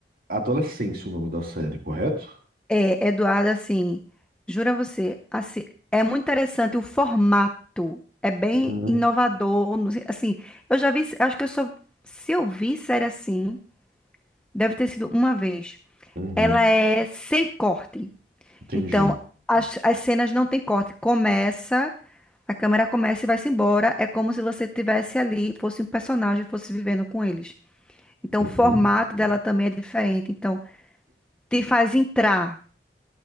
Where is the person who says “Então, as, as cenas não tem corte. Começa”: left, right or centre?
Centre